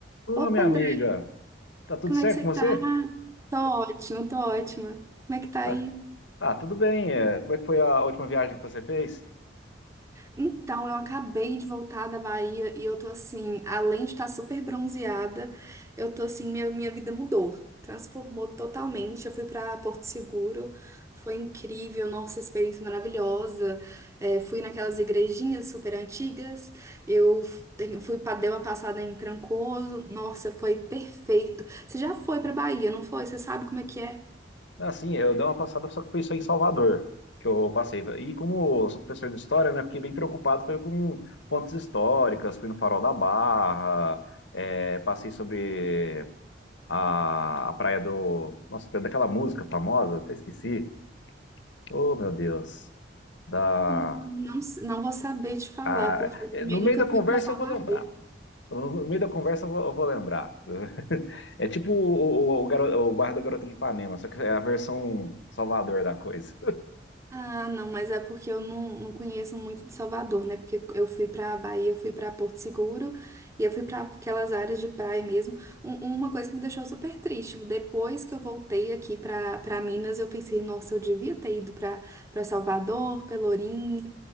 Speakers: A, on the left; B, on the right.
A: Ô,
B: Opa,
A: minha
B: André,
A: amiga, tá tudo
B: como
A: certo
B: é que você
A: com você?
B: tá? Tô ótima, tô ótima. Como é que tá
A: Ah,
B: aí?
A: ah, tudo bem. é, Como é que foi a última viagem que você fez?
B: Então, eu acabei de voltar da Bahia e eu tô assim, além de estar super bronzeada, eu tô assim, minha, minha vida mudou, transformou totalmente. Eu fui pra Porto Seguro, foi incrível, nossa, experiência maravilhosa. É, fui naquelas igrejinhas super antigas, eu te- fui pra, dei uma passada em Trancoso, nossa, foi perfeito. Você já foi pra Bahia, não foi? Você sabe como é que é?
A: Ah, sim, eu dei uma passada, só que foi só em Salvador que eu passei. E como eu sou professor de história, né, fiquei bem preocupado foi com pontes históricas, fui no Farol da Barra, é, passei sobre a, a praia do... Nossa, tem daquela música famosa, até esqueci. Oh, meu Deus. Da...
B: Não, s- não vou saber te falar,
A: a-
B: porque eu
A: é,
B: também
A: No meio
B: nunca
A: da conversa
B: fui para Salvador.
A: eu vou lembrar. No meio da conversa eu vou, eu vou lembrar. <laughs> É tipo o, o, o, garo- o bairro da Garota de Ipanema, só que é a versão Salvador da coisa.
B: Ah, não, mas é porque eu não, não conheço muito de Salvador, né? Porque eu fui para Bahia, eu fui para Porto Seguro e eu fui para aquelas áreas de praia mesmo. Um- uma coisa que me deixou super triste, depois que eu voltei aqui para para Minas, eu pensei, nossa, eu devia ter ido para para Salvador, Pelourinho.